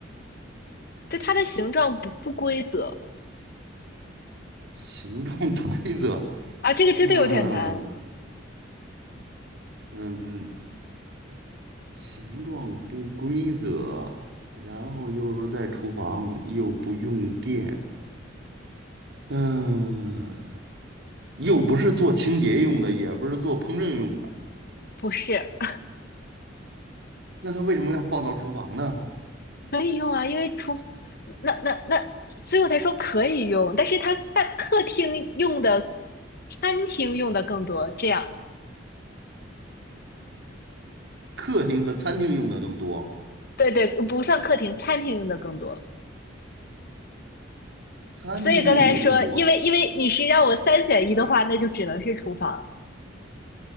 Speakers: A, on the left; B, on the right.
A: 就它的形状不不规则
B: 形状不规则。
A: 啊，这个真的有点难，
B: 嗯嗯，形状不规则，然后又是在厨房，又不用电，嗯，又不是做清洁用的，也不是做烹饪用的，
A: 不是
B: 那它为什么要放到厨房呢？
A: 可以用啊，因为厨那那那，所以我才说可以用，但是它但客厅用的、餐厅用的更多，这样
B: 客厅和餐厅用的更多，
A: 对对，不算客厅，餐厅用的更多。
B: 餐厅用的更多
A: 所以刚才说，因为因为你是让我三选一的话，那就只能是厨房